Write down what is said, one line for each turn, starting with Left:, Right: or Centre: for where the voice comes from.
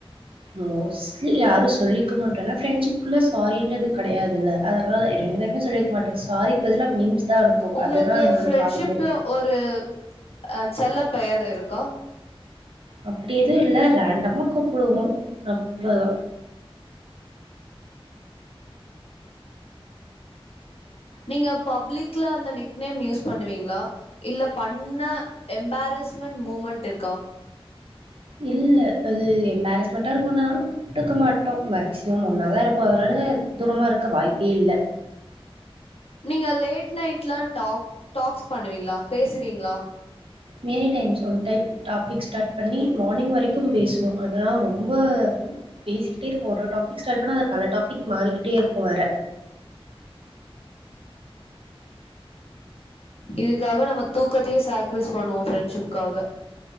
Right: மோஸ்ட்லி யாரும் சொல்லிக்க மாட்டோம்ன்னாரெண் ஏன ஃப்ரெண்ட்சிப்க்குள்ள சாரின்றது கிடையாதுல்ல அதனால ரெண்டு பேருமே சொல்லிக்க மாட்டோம் சாரிக்கு பதில மீம்ஸ் தா அனுப்புவோ
Left: உங்களுக்கு
Right: அதுதா எங்களோட
Left: ஃப்ரெண்ட்ஷிப்ல
Right: சாரி மாரி
Left: ஒரு அஹ் செல்ல பெயர் இருக்கா
Right: அப்படி எதுவும் இல்ல ரேண்டமா கூப்பிடுவோம் அவ்லோதா
Left: நீங்க பப்ளிக்ல அந்த நிக்நேம் யூஸ் பண்ணுவீங்களா இல்ல பண்ண எம்பாரிஸ்மெண்ட் மூமெண்ட் இருக்கா
Right: இல்ல அது எம்பாரிஸ்மெண்ட் டருக்கும்ன குப்ட்டுக்க மாட்டோம் மேக்சிமம் ஒன்னாதா இருப்போ அதனால தூரமா இருக்க வாய்ப்பே இல்ல
Left: நீங்க லேட் நைட்லாம் டாக் டாக்ஸ் பண்ணுவீங்களா பேசுவீங்களா
Right: many times one type topic start பண்ணி மார்னிங் வரைக்கும் கும் பேசுவோம் அதெல்லாம் ரொம்ப பேசிக்கிட்டே இருக்கும்போ ஒரு டாப் ஸ்டார்ட பண்ண அத பல டாபிக் மாறிக்கிட்டே இருக்கும் வேற
Left: இதுக்காக நம்ம தூக்கத்தையே சாக்ரீஸ் பண்ணுவோம் ஃப்ரெண்ட்ஷிப்காக